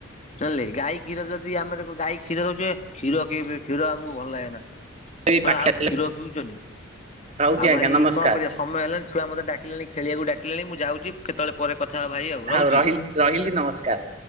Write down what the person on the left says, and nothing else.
ନେଲେ ଗାଈ କ୍ଷୀର ଯଦି ଆମର ଗାଈ କ୍ଷୀର ଦଉଚି କ୍ଷୀର କି ପି କ୍ଷୀର ଆମକୁ ଭଲ ଲାଗେ ନା। କଣ
ଆଉ
କ୍ଷୀର ପିଉଛନ୍ତି।
ଆଉ
ଭାଇ
କଣ କରିବା ସମୟ ହେଲାଣି ଛୁଆ ମତେ ଡାକିଲେଣି ଖେଳିବାକୁ ଡାକିଲେଣି ମୁଁ ଯାଉଛି କେତେବେଳେ ପରେ କଥା ଭାଇ ଆଉ ରହୁଛି।